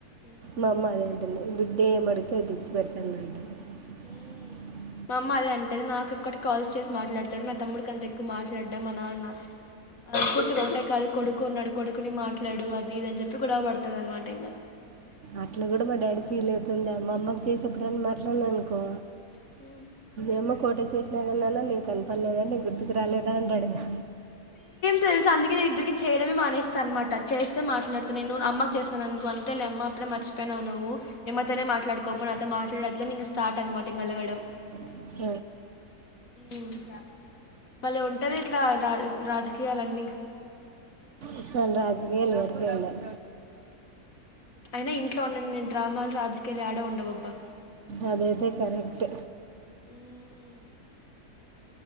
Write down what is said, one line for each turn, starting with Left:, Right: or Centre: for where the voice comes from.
Left: మ్మ్
Right: మా అమ్మ అదే అంటూది బిడ్డ ఎం మడుగితే అది తెచ్చి పెడతాన్నాఅంట
Left: మ్మ్
Right: <unintelligible>
Left: మా అమ్మ అదే అంటేది నాకు ఒక్కటి కాల్స్ చేసి మాట్లాడతాడు నా తమ్ముడికి అంత ఎక్కువ మాట్లాడడా మ నాన్న అ కూతురు ఒకటే కాదు కొడుకు ఉన్నాడు కొడుకుని మాట్లాడు అది ఇది అని చెప్పి కూడావ పడుతుంది అనమాట ఇంగ
Right: అట్లా కూడా మా డాడీ ఫీల్ అవుతుండే మా అమ్మమ్మకి చేసేప్పుడైనా మాట్లాడిన అనుకో
Left: ఇంగ
Right: ఏమో కోట చేసినా నాన్న నీకు కనపడలేదా నీ గుర్తుకు రాలేదా అంటాడు ఇంగ
Left: తెలుసు అందుకే నేను ఇద్దరికి చేయడమే మానేస్తా అనమాట చేస్తే మాట్లాడుతాను నేను అమ్మకి చేస్తన్నాను అనుకో అంతే లే అమ్మ అప్పుడే మర్చిపోయివు నువ్ మేమ్మతోనే మాట్లాడుకోకపో నాతో మాట్లాడదు ఇంకా స్టార్ట్ అనమాట ఇంగ అలగడం
Right: <unintelligible>
Left: మ్మ్. భలే ఉంటది ఇట్లా రా రాజకీయాలన్నీ
Right: ఇవాళ రాజకియలు వరకే ఉన్నాయ్
Left: అయినా ఇంట్లో ఉన్నన్ని డ్రామాలు రాజకీయాలు ఏడ ఉండవుబ్బా
Right: అది అయితే కరెక్ట్
Left: మ్మ్.